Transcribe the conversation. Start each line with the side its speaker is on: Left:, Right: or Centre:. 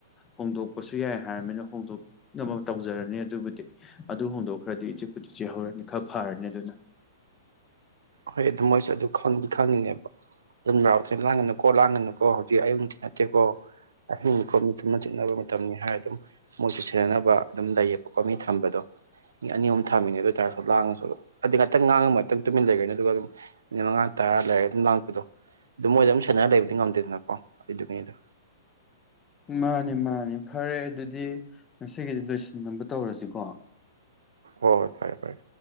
Left: ꯍꯣꯡꯗꯣꯛꯄꯁꯨ ꯌꯥꯏ ꯍꯥꯏꯔꯃꯅꯤꯅ ꯍꯣꯡꯗꯣꯛ ꯅ ꯇꯧꯖꯔꯅꯤ ꯑꯗꯨꯕꯨꯗꯤ ꯑꯗꯨ ꯍꯣꯡꯗꯣꯛꯈ꯭ꯔꯗꯤ ꯏꯆꯤꯛꯄꯨꯗꯤ ꯆꯤꯍꯧꯔꯅꯤ ꯈꯔ ꯐꯔꯅꯤ ꯑꯗꯨꯅ
Right: ꯍꯣꯏ ꯑꯗꯨꯝ ꯃꯣꯏꯁꯨ ꯑꯗꯨ ꯈꯪꯗꯤ ꯈꯪꯉꯤꯉꯦꯕ ꯑꯗꯨꯝ ꯂꯥꯎꯔꯛꯇꯣꯢ ꯂꯥꯡꯒꯅꯨꯀꯣ ꯂꯥꯡꯒꯅꯨꯀꯣ ꯍꯧꯖꯤꯛ ꯑꯌꯨꯛ ꯅꯨꯡꯊꯤꯟ ꯅꯠꯇꯦꯀꯣ ꯑꯍꯤꯡꯅꯤꯀꯣ ꯃꯤ ꯇꯨꯝꯅ ꯆꯤꯅꯕ ꯃꯇꯝꯅꯤ ꯍꯥꯏꯔ ꯑꯗꯨꯝ ꯃꯣꯏꯁꯨ ꯁꯦꯟꯅꯅꯕ ꯑꯗꯨꯝ ꯂꯩꯌꯦꯕꯀꯣ ꯃꯤ ꯊꯝꯕꯗꯣ ꯃꯤ ꯑꯅꯤ ꯑꯍꯨꯝ ꯊꯝꯃꯤꯅꯦ ꯑꯗꯨ ꯑꯣꯏꯇꯥꯔꯁꯨ ꯂꯥꯡꯉꯁꯨ ꯑꯗꯤ ꯉꯥꯛꯇꯪ ꯉꯥꯡꯉꯒ ꯉꯥꯛꯇꯪ ꯇꯨꯃꯤꯟ ꯂꯩꯒꯅꯤ ꯑꯗꯨꯒ ꯃꯤꯅꯤꯠ ꯃꯉꯥ ꯇꯔꯥ ꯂꯩꯔꯒ ꯑꯗꯨꯝ ꯂꯥꯡꯉꯛꯄꯤꯗꯣ ꯑꯗꯨ ꯃꯣꯏꯗ ꯑꯗꯨꯝ ꯁꯦꯟꯅꯔ ꯂꯩꯕꯗꯤ ꯉꯝꯗꯦꯗꯅꯀꯣ ꯑꯗꯨꯗꯨꯒꯤꯅꯤꯗ
Left: ꯃꯥꯅꯦ ꯃꯥꯅꯦ ꯐꯔꯦ ꯑꯗꯨꯗꯤ ꯉꯁꯤꯒꯤꯗꯤ ꯂꯣꯏꯁꯤꯟꯅꯕ ꯇꯧꯔꯁꯤꯀꯣ
Right: ꯍꯣꯏ ꯍꯣꯏ ꯐꯔꯦ ꯐꯔꯦ